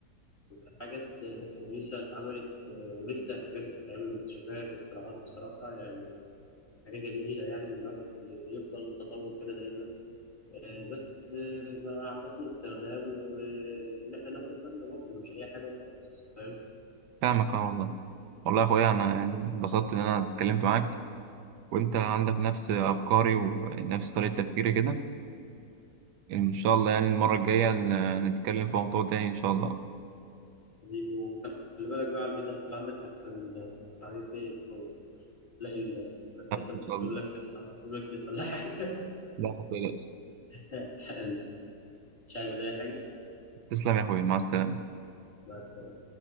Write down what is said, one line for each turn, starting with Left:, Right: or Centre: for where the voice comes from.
Left: وكحاجات كويسة اتعملت ولسه الحاجات بتتعمل واكتشافات واختراعات بصراحة يعني حاجة جميلة يعني الواحد يفضل في التطور كده دايما آه، بس آه، مع حسن الاستخدام وإن إحنا ناخد بالنا برضه مش أي حاجة وخلاص فاهم
Right: فاهمك أه والله والله يا أخويا أنا يعني اتبسطت إن أنا اتكلمت معاك وأنت عندك نفس أفكاري ونفس طريقة تفكيري كده إن شاء الله يعني المرة الجاية ن- نتكلم في موضوع تاني إن شاء الله
Left: حبيبي وخلي بالك بقى على الفيزا اللي عندك لحسن آه، عليك إيه تلاقي ال- المدرسة
Right: إن
Left: بتقول
Right: شاء الله
Left: لك تصحى تقول لك تصحى ولا حاجة
Right: لا ما تقلقش
Left: <laughs> مش عايز أي حاجة
Right: تسلم يا أخويا مع السلامة
Left: بس